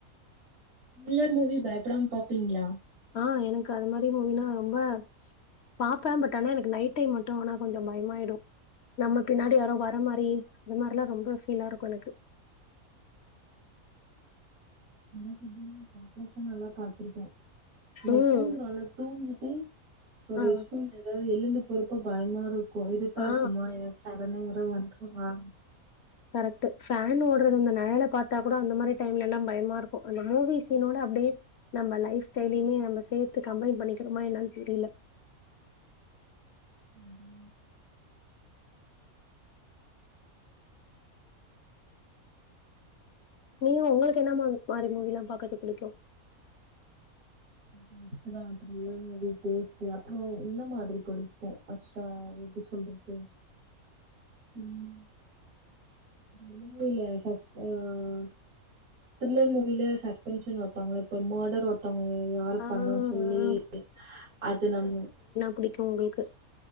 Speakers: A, on the right (about 80°); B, on the left (about 60°).
A: திரில்லர் மூவி பயப்படமா பாப்பீங்களா
B: ஆ எனக்கு அது மாரி மூவினா ரொம்ப பாப்பா பட் ஆனா எனக்கு நைட் டைம் மட்டு ஆனா கொஞ்சோ பயமாயிடு நம்ம பின்னாடி யாரோ வர மாரி அந்த மாரி எல்லா ரொம்ப ஃபீலா இருக்கு எனக்கு
A: எனக்கு என்ன <inaudible> நல்லா பாத்திருக்கே நம்ம
B: ம்.
A: தூங்குறோல்ல தூங்கிட்டு
B: ஆ
A: ரெஸ்ட் ரூம் எதாவது எழுந்து போறப்போ பயமா இருக் கு இருட்டா
B: ஆ
A: இருக்குமா யாராச்சு சடன யாரோ வந்துருவா
B: கரெக்ட்டு ஃபேன் ஓட்ற அந்த நெழல பாத்தா கூட அந்த மாரி டைம்ல எல்லா பயமா இருக்கு அந்த மூவி சீனோட அப்டியே நம்ம லைப் ஸ்டைலயுமே நம்ம சேத்து கம்பைன் பண்ணிக்கிறமா என்னன்னு தெரில
A: ம்
B: நீ உங்களுக்கு என்ன மா மாரி மூவி எல்லா பாக்கறக்கு பிடிக்கு
A: <inaudible> திரில்லர் மூவி அப்றே இந்த மாரி புடிக்கு ஹாட்ஸ்டார் எப்டி சொல்றது ம் <unintelligible> திரில்லர் மூவியில சஸ்பென்ஷன் வைப்பாங்கள இப்ப மர்டர் ஒருத்தவங்க யாரு
B: ஆ
A: பண்ணா சொல்லி
B: ஆ
A: அது நம்ம
B: புடிக்கு உங்களுக்கு